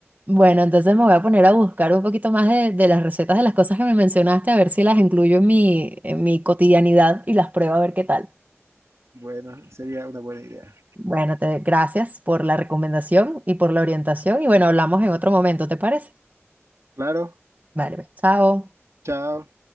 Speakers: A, on the right (about 35°); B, on the right (about 85°).
A: Bueno, entonces me voy a poner a buscar un poquito más de, de las recetas de las cosas que me mencionaste, a ver si las incluyo en mi, en mi cotidianidad y las pruebo a ver qué tal.
B: Bueno, sería una buena idea.
A: Bueno, te, gracias por la recomendación y por la orientación. Y bueno, hablamos en otro momento, ¿te parece?
B: Claro,
A: Vale, pues, chao.
B: chao.